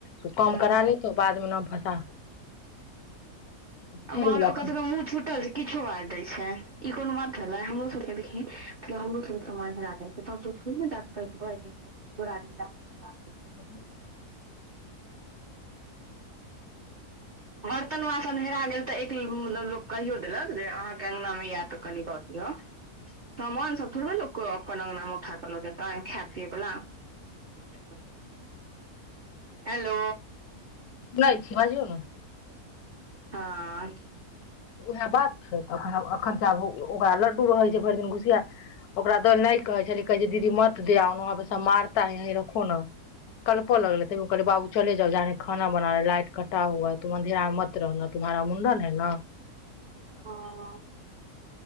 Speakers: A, on the left (about 75°); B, on the right (about 50°).
A: तऽ काम
B: ह
A: करा लेतौ बादमे नाम फसा चलि
B: बाद
A: गेल
B: मे ओकर
A: अखन
B: सभके मुह छुटल छै किछो बाजि दै छै ई कोनो बात छलै हमरो सब के देखहि मतलब हमरो सब के समान हरा जाइ छै तऽ हम सब थोड़हि जा कऽ कहि देबै जे चोरा हेलो नमस्कार
A: <inaudible>
B: बर्तन वासन हेरा गेल तऽ एक लोक कहियो देलक जे अहाँके अंगना मे यै तऽ कनि द दियऽ समान सब थोड़बे लोक अपन आंगना में उठा कऽ लऽ जेतय खाय पीयै बला <unintelligible> हेलो
A: नहि छै बाजियौ नै
B: हँ
A: उएह बात छै तऽ एखन आब एखनसँ आब ओकरा लड्डू रहै छै भरि दिन घुसियाल ओकरा दऽ तऽ नहि कहै छै कहै छै दीदी मत देआओ न वहाँ बस मारता है यहीं रखो ने कल्पऽ लगले तैयो कहलै बाबू चले जाउ जा रहे खानाबनाने लाइट कटा हुआ है तू अन्धेरा मे मत रहना तुम तुम्हारा मुंडन है न
B: हैं